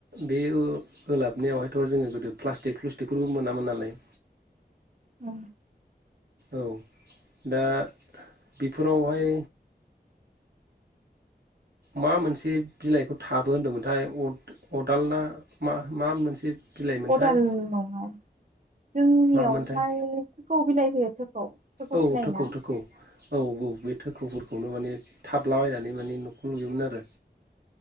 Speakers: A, on the right (about 65°); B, on the right (about 45°).
A: बे ओलाबनायावहायथ जोङो गोदो प्लास्टिक फ्लुस्टिकखौबो मोनामोन नालाय
B: उम
A: औ दा बेफोरावहाय मा मोनसे बिलाइखौ थाबो होनदोंमोनथाय अदालना मा मा मोनसे बिलाइमोनथाय
B: अदाल नङा जोंनियावहाय
A: मामोनथाय
B: थोखौ बिलाइ होयो थोखौ
A: औ
B: सिनायोना
A: थोखौ थोखौ औ औ बे थोखौफोरखौनो माने थाबलाबायनानै माने न'खौ नुयोमोन आरो